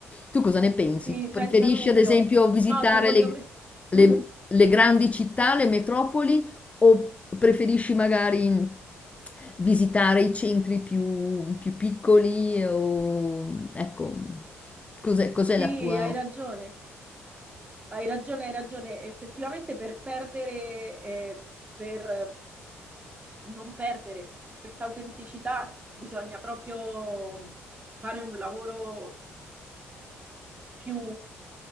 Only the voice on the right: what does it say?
sì,
senza dubbio.
No, secondo
me. Mhm.
Sì,
hai ragione. Hai ragione, hai ragione. Effettivamente per perdere, eh, per non perdere questa autenticità bisogna proprio fare un lavoro più,